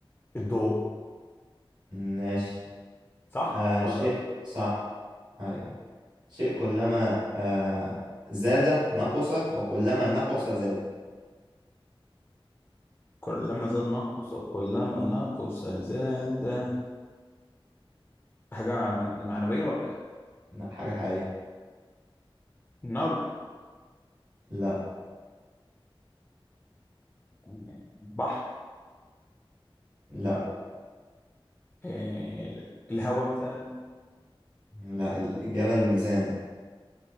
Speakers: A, on the left; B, on the right.
A: الضوء
B: ماشي
A: صح
B: آه
A: ولا
B: شيء صح أيوة شيء كلما آه زاد نقص وكلما نقص زاد
A: كلما زاد نقص أو كلما نقص زاد حاجة مد- معنوية ولا إيه؟
B: لا حاجة حقيقية
A: نار
B: لا
A: يعني بحر
B: لا
A: آه، الهواء مثلا
B: لا الإجابة الميزان